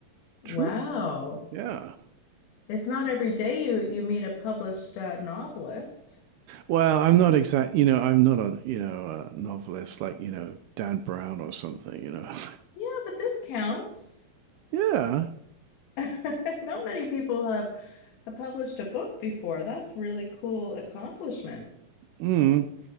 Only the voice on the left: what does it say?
Wow.
It's not every day you you meet a published uh, novelist.
Yeah, but this counts.
<laughs> Not many people have I published a book before. That's really cool accomplishment.